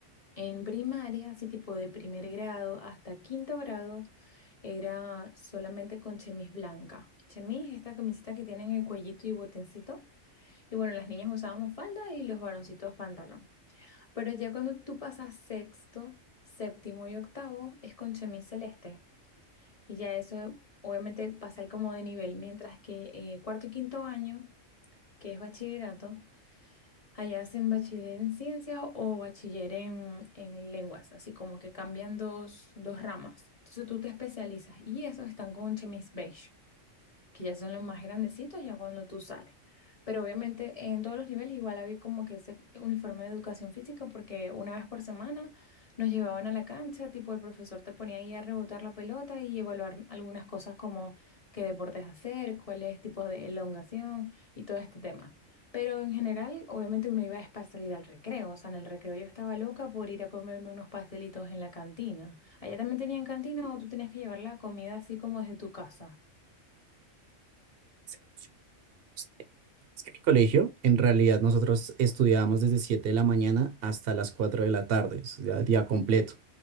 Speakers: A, on the left; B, on the right.
A: en primaria, así tipo de primer grado hasta quinto grado, era solamente con chemis blanca. Chemis, esta camisita que tienen el cuellito y botoncito. Y bueno, las niñas usábamos falda y los varoncitos pantalón. Pero ya cuando tú pasas sexto, séptimo y octavo, es con chemis celeste. Y ya eso, obviamente, pasa ahí como de nivel. Mientras que eh, cuarto y quinto año, que es bachillerato, Allá hacen bachiller en ciencia o bachiller en, en lenguas, así como que cambian dos, dos ramas. Entonces tú te especializas y esos están con un chemis beige que ya son los más grandecitos, ya cuando tú sales. Pero obviamente en todos los niveles igual había como que ese uniforme de educación física porque una vez por semana nos llevaban a la cancha, tipo el profesor te ponía ahí a rebotar la pelota y evaluar algunas cosas como qué deportes hacer, cuáles tipos de elongación y todo este tema. Pero en general, obviamente uno iba es para salir al recreo, o sea, en el recreo yo estaba loca por ir a comerme unos pastelitos en la cantina. ¿Allá también tenían cantina o tú tenías que llevar la comida así como desde tu casa?
B: será opcional, digamos. eh, bueno, es que mi colegio, en realidad, nosotros estudiábamos desde 7 de la mañana hasta las 4 de la tarde, o sea, día completo.